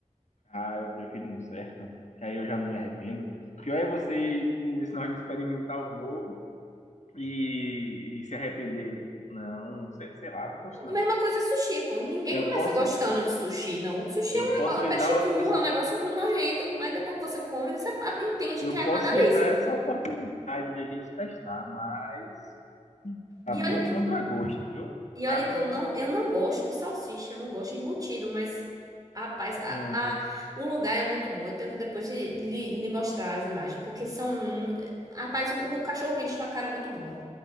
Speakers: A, on the left; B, on the right.
A: Ah, eu prefiro no certo, que aí eu já não me arrependo. Pior é você ir nesse negócio de experimentar algo novo e, e se arrepender. Não, sei, sei lá, eu não gosto não.
B: Mesma coisa sushi, pô. Ninguém
A: Eu
B: começa
A: posso,
B: gostando de sushi, não. O sushi
A: eu
B: é um
A: posso
B: negócio,
A: lhe
B: peixe
A: dar,
B: cru,
A: eu
B: é um negócio nojento, mas depois que você come, você ah, entende
A: eu
B: que é
A: posso
B: uma delícia.
A: lhe dar essa oportunidade de a gente testar, mas A
B: E
A: meu
B: olha que
A: contragosto, viu?
B: E
A: A
B: olha
A: meu
B: que eu não,
A: contragosto.
B: eu não gosto de salsicha, eu não gosto de embutido, mas rapaz, a,
A: Hum.
B: a- o lugar é muito bom. Eu tenho que depois de lhe, lhe mostrar as imagens, porque são. Rapaz, o, o cachorro quente tem uma cara muito boa.